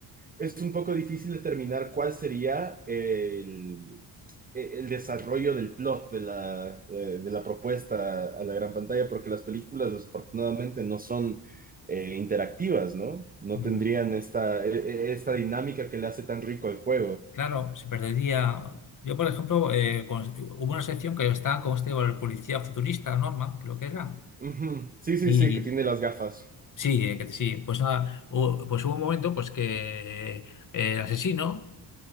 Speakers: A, on the right; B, on the left.
A: es un poco difícil determinar cuál sería el, el desarrollo del plot de la, de, de la propuesta a la gran pantalla, porque las películas desafortunadamente no son eh, interactivas, ¿no? No
B: mm,
A: tendrían esta, e, e, esta dinámica que le hace tan rico al juego.
B: claro, se perdería. Yo, por ejemplo, eh, con- hubo una sección que estaba con este, con el policía futurista, Norman, creo que era.
A: Ujú. Sí, sí,
B: Y
A: sí, que tiene las gafas.
B: sí, eh, que sí, pues nada, hubo, pues hubo un momento pues que eh, el asesino,